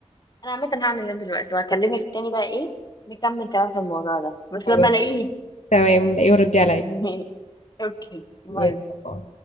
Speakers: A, on the left (about 35°); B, on the left (about 85°).
A: انا عامة هعمل ده دلوقتي وهكلمك تاني بقى ايه نكمل كلام في الموضوع ده بس
B: خلاص
A: لما الاقيه
B: تمام لاقيه وردي عليا
A: <laughs> اوكي باي
B: يلا باي.